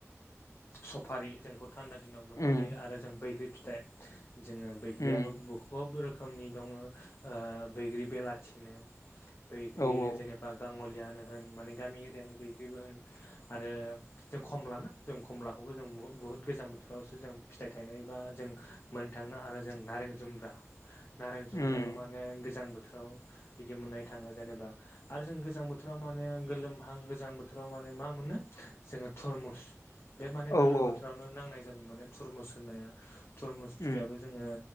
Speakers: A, on the left (about 50°); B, on the left (about 80°).
A: सफारि जोंखौ थान्दा दिनाव मोननाय
B: उम
A: जायो आरो जों बैग्रि फिथाइ जोङो बैग्रियाबो
B: उम
A: बहु खब रोखोमनि दङ ओ बैग्रि बेलाथिनो बैग्रि
B: औ औ
A: जेनेबा बा गाङलियानो होन माने गामि एरियानि बैग्रिबो होन आरो जों खमलाना जों खमलाखौबो जों बुहु बुहुद गोजां बोथोरावसो जों फिथाइ थायनाय बा जों मोननो थाङो आरो जों नारें जुमब्रा नारें
B: उम
A: जुम्रबो माने गोजां बोथोराव बिदि मोननाय थाङा जेनेबा आरो जों गोजां बोथोराव माने गोलोमहां गोजां बोथोराव माने मा मोनो जोङो थरमुस बे माने
B: औ
A: गोलोम
B: औ
A: बोथोरावनो नांनाय जाबाय माने धरमुस होननाया धरमुस फिथाइयाबो
B: उम
A: जोङो